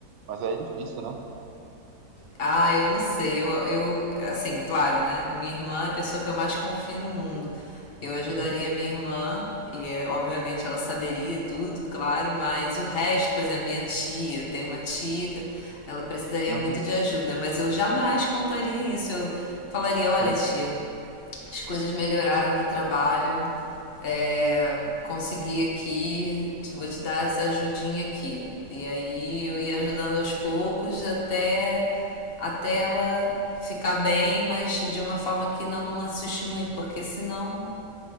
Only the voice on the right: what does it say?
Mas aí é difícil, né?
Uhum,
uhum,
sim.